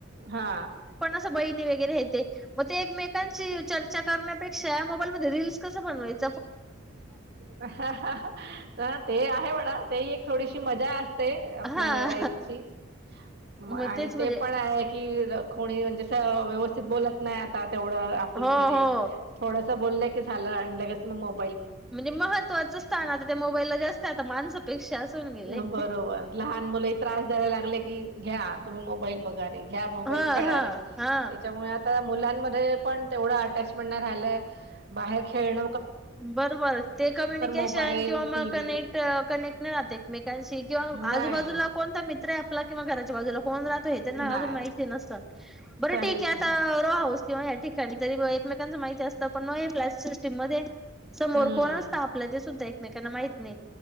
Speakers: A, on the right; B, in the centre.
A: हा.
B: बहिन वगैरे हेते मग ते एकमेकांची चर्चा करण्यापेक्षा मोबाईलमध्ये रीलस कस बनवायच.
A: तर ते आहे म्हणा तेही एक थोडीशी मजा असते आपल्या
B: हा
A: लाईफची म
B: मग
A: आणि
B: तेच म्हणजे
A: ते पण आहे की कोणी म्हणजे व्यवस्थित बोलात नाही आता तेवढं आपुलकी
B: हो
A: नाही
B: हो
A: थोडस बोललं की झालं आणि लगेच मग मोबा
B: म्हणजे महत्त्वाचं स्थान आता ते मोबाईलला जास्त आता माणसापेक्षा असून गेले.
A: बरोबर लहान मुलं त्रास द्यायला लागले की घ्या तुम्ही मोबाईल बघा घ्या मोबाईल
B: हा
A: खेळे
B: हा हा
A: त्याच्यामुळे मुलांमध्ये पण तेवढं अटॅचमेंट नाही राहिलंय बाहेर खेळण.
B: बरोबर ते कम्युनिकेशन
A: मोबाईल
B: किंवा मग
A: टी व्ही
B: कनेक्ट कनेक्ट नाही राहते एकमेकांशी किंवा
A: नाही
B: आजूबाजूला कोणता मित्र आहे आपला किंवा घराच्या बाजुला कोण राहत हे त्यांना
A: नाही
B: अजुन माहिती नसत बर
A: काहीच
B: ठीक आहे
A: नाही
B: आता रोहाऊस किंवा या ठिकाणी तरी एकमेकांचं माहिती असत पण न ह्या फ्लॅट सिस्टीम मध्ये. समोर
A: हम्म
B: कोण असत आपल्या ते सुद्धा एकमेकांना माहित नाही.